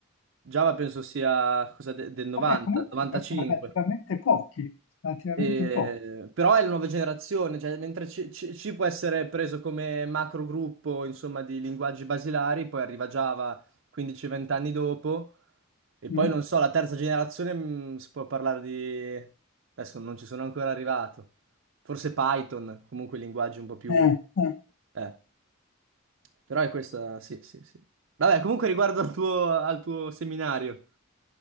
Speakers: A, on the right; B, on the left.
A: Java penso sia cosa de- del 90,
B: Vabbè, comunque
A: 95.
B: relativamente pochi, relativamente
A: E-
B: pochi.
A: però è la nuova generazione, cioè, mentre C, C- C può essere preso come macro gruppo, insomma, di linguaggi basilari, poi arriva Java 15-20 anni dopo, e poi
B: Mm.
A: non so, la terza generazione mh, si può parlare di... Adesso non ci sono ancora arrivato. Forse Python, comunque linguaggi un po' più...
B: Eh, eh.
A: eh. Però è questa, sì, sì, sì. Vabbè, comunque riguardo al tuo, al tuo seminario.